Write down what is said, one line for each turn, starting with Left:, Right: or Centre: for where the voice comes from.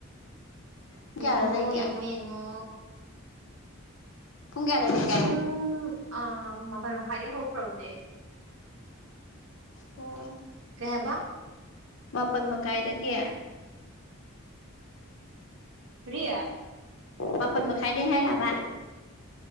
Left: ꯄꯨꯡ ꯀꯌꯥꯗ
Right: ꯌꯦꯡꯉꯣ
Left: ꯂꯩꯒꯦ
Right: ꯌꯦꯡꯉꯣ ꯌꯦꯡꯉꯣ
Left: ꯄꯨꯡ ꯀꯌꯥꯗꯗꯤ
Right: ꯄꯨꯡ ꯑꯥ ꯃꯥꯄꯜ ꯃꯈꯥꯏꯗꯩ ꯍꯧꯈ꯭ꯔꯕꯅꯦ
Left: ꯑꯣ
Right: ꯀꯩ ꯍꯥꯏꯕ
Left: ꯃꯥꯄꯜ ꯃꯈꯀꯥꯏꯗꯒꯤ
Right: ꯀꯔꯤ
Left: ꯃꯄꯠ ꯃꯈꯥꯏꯗꯩ ꯍꯥꯏꯔꯕ